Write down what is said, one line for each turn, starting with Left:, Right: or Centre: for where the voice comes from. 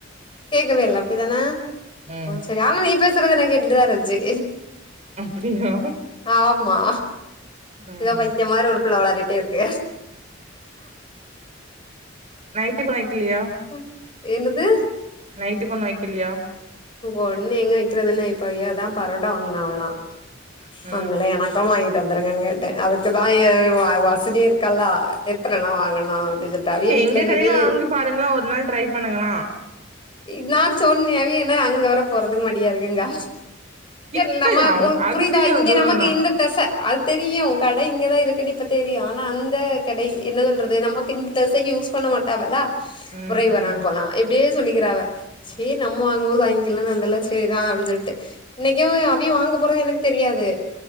Left: கேக்கவே இல்ல அப்டிதான
Right: ம்
Left: செரி ஆம் நீ பேசற்து எனக் கேட்டுட்டுதா இருந்ச்சி
Right: அப்பிடியா
Left: ஆமா
Right: ம்
Left: பைத்தியோ மாரி ஒரு புள்ள ஒலரிட்டே இருக்கு
Right: நைட்டுக் வெக்கலியா
Left: ம் என்னது
Right: நைட்டுக் ஒன்னு வெக்கலியா
Left: ஒன்னு எங்க வெக்கிறது இன்னு இப்பயேதா பரோட்டா வாங்குனாவளா
Right: ம்
Left: அந்தல்ல எனக் மொத்தமா வாங்கீட் வந்துருங்கன் கேட்டே அதுக்குதா ஏ வா வசதி இருக்கல்லா எத்தனன்னோ வாங்கனு அப்டி சொல்ட்டு அவிய
Right: சரி
Left: வீட்ல
Right: எங்க
Left: இன்னைக்கி
Right: கடையில வாங்கி பாருங்களேன் ஒரு நாள் ட்ரை பண்ணுங்களா.
Left: இ நா சொன்னே அவிய என்ன அங்க வர போறதுக்கு மடியா இருக்குங்கா
Right: கிட்டதா
Left: என்னம்மா
Right: அவு
Left: உனக்
Right: அரிசி
Left: புரியிதா
Right: சாதோ
Left: இங்க
Right: தூரந்தா.
Left: நமக் இந்த தெச அது தெரியு கட இங்கதா இருக்குனு இப்ப தெரியு ஆனா அந்த கடை என்ன சொல்றது நமக் கு இந் தெசை யூஸ் பண்ண மாட் டவலா
Right: ம்
Left: ஒரே ஒரு
Right: ம்.
Left: நாள் போலா இப்டியே சொல்லிக்கிறா அவ சேர் நம்ம வாங்கும்போது வ <unintelligible> அதலெல்லா செய்றா அப்டின்னு சொல்லிட்டு இன்னைக்கு அடி வாங்க போறது எனக்கு தெரியாது